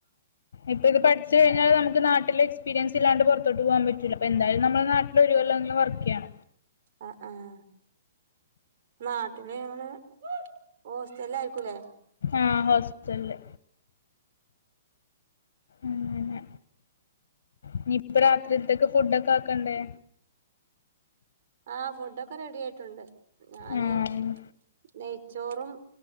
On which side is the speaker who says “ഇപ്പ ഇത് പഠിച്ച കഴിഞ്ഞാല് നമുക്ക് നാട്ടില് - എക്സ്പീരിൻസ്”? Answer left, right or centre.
Left